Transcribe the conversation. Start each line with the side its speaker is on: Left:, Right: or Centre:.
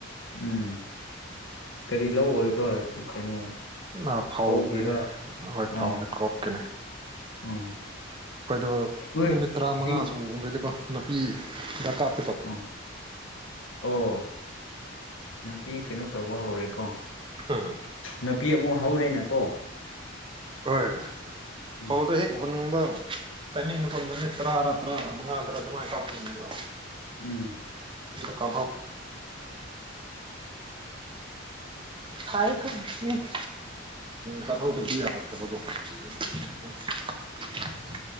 Left: ꯎꯝ ꯀꯔꯤ ꯂꯧꯑꯣꯕ꯭ꯔꯣ ꯀꯩꯅꯣ
Right: ꯑ ꯐꯧꯒꯤꯅꯦ
Left: ꯐꯧꯒꯤꯔꯥ
Right: ꯑꯩꯣꯏ ꯐꯧꯅꯦ
Left: ꯑꯣ
Right: ꯀ꯭ꯔꯣꯞꯀꯤꯅꯦ
Left: ꯑꯣ
Right: ꯍꯣꯏꯗꯣ
Left: ꯅꯣꯏ
Right: ꯅꯨꯃꯤꯠ ꯇꯔꯥꯃꯉꯥ
Left: ꯍꯤꯡ
Right: ꯁ ꯎꯗ꯭ꯔꯗꯤꯀꯣ ꯅꯨꯅꯥꯄꯤ ꯗꯔꯀꯥꯞ
Left: ꯎ ꯑꯣ ꯅꯨꯄꯤ ꯀꯩꯅꯣ ꯇꯧꯕ ꯍꯧꯔꯦꯀꯣ
Right: ꯎꯝ
Left: ꯅꯨꯄꯤ ꯑꯃꯨꯛ ꯍꯧꯔꯦꯅꯀꯣ
Right: ꯍꯣꯏ
Left: ꯎꯝ
Right: ꯐꯧꯗꯣ ꯍꯦꯛ ꯍꯨꯟꯅꯤꯡꯕ ꯇꯥꯏꯃꯤꯡꯗ ꯅꯨꯃꯤꯠ ꯇꯔꯥꯥ ꯇꯔꯥ ꯃꯉꯥ ꯇꯔꯥ ꯑꯗꯨꯃꯥꯏꯅ ꯀꯥꯞꯣꯏꯅꯦꯕ
Left: ꯎꯝ
Right: ꯀ ꯊꯥꯏ ꯊ ꯀ <unintelligible>